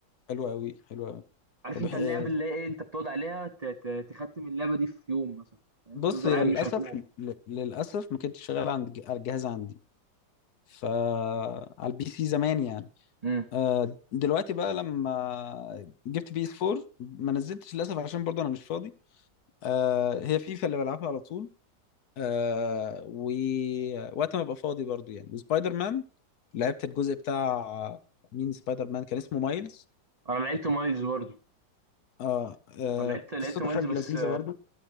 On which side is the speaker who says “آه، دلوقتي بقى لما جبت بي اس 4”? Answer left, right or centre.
Left